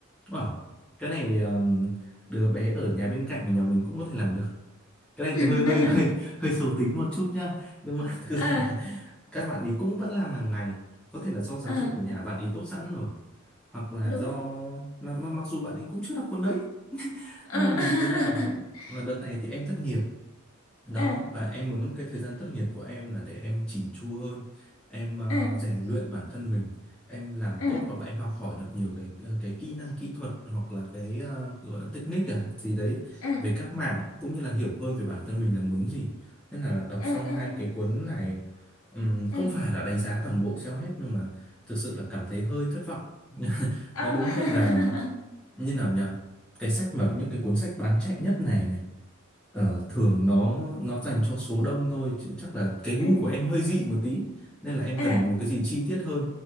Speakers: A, in the centre; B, on the left.
A: Wow, cái này um, đứa bé ở nhà bên cạnh của nhà mình cũng có thể làm được. Cái này
B: <laughs>
A: thì hơi hơi hơi hơi xấu tính một chút nhá. Nhưng mà <laughs> thực
B: à
A: ra là các bạn ấy cũng vẫn làm hàng ngày. Có thể là do giáo
B: à
A: dục của nhà bạn ấy tốt sẵn rồi. Hoặc là
B: đúng
A: do mà, mà, mặc dù bạn ấy cũng chưa đọc cuốn đấy. Nên
B: à
A: là mình thấy là
B: <laughs>
A: mà đợt này thì em thất nghiệp đó
B: à
A: và em muốn cái thời gian thất nghiệp của em là để em chỉnh chu hơn em ờ,
B: à
A: rèn luyện bản thân mình em làm
B: à à
A: tốt hoặc là em học hỏi được nhiều cái ờ, cái kỹ năng kỹ thuật hoặc là cái ờ, gọi là technique à gì đấy
B: à
A: về các mảng cũng như là hiểu hơn về bản thân mình là muốn gì thế là, là đọc
B: à
A: xong hai
B: à
A: cái cuốn này ừm, không
B: à à
A: phải là đánh giá toàn bộ self-help nhưng mà thực sự là cảm thấy hơi thất vọng <laughs>
B: <laughs> à
A: nói
B: à
A: đúng hơn là như nào nhỉ cái sách mà những cái cuốn sách bán chạy nhất này này ờ, thường nó nó dành cho số đông thôi chứ chắc là cái gu
B: à
A: của em hơi dị một tí nên là em
B: à
A: cần một cái gì chi tiết hơn